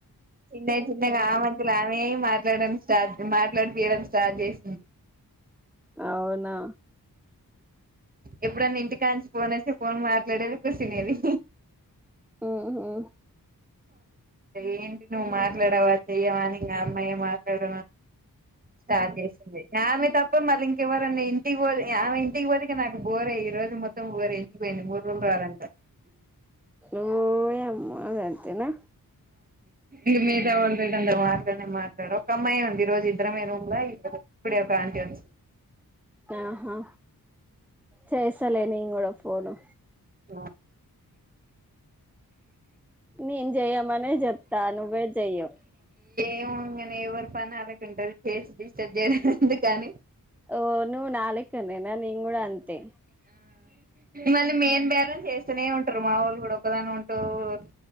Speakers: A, on the right (about 25°); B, in the centre.
A: చిన్న చిన్నగా ఆమెంతల ఆమె మాట్లాడని స్టార్ట్ మాట్లాడిపొయ్యడం స్టార్ట్ చేసింది
B: అవునా
A: ఎప్పుడన్న ఇంటికాంచి ఫోన్ వస్తె ఫోన్ మాట్లాడేది కుసునేది
B: ఉహు
A: ఏంటి నువ్వు మాట్లాడవా చెయ్యవా నకా అమ్మాయి మాట్లాడ స్టార్ట్ చేసింది ఆ ఆమె త మల్ల ఎవరన్న ఇంటికి ఆమె ఇంటికి పో నాకు బోరే ఈోజు మొత్తం బోరే పోయింది మూడు రోజులు రాదంట
B: ఓఓ యమ్మ నా
A: ఇ మీద మాట్లానే మాట్లా ఒక అమ్మాయి ఉంది ఈ రోజు ఇద్దరమే రూమ్లా ఇద్దరు ఇప్పుడే ప్ర్రాంతి వచ్చింది
B: ఆహా చేసలే నేను కూడా ఫోను
A: ఆ
B: నేను చేయమనే చెప్తా నువ్వే చెయ్యవు
A: ఇంకా ఎవరి పని వాళ్ళకే ఉంటది చేసి డిస్ట్రబ్ చేసుడు ఎందుకు అని
B: ఓ నువ్ నాలెక్కా నేనా నేను కూడా అంతే
A: మళ్ళీ మెయిన్ బాలన్స్ వెస్తూనే ఉంటారు మా ఊలు కూడా ఒకదానివి ఉంటావ్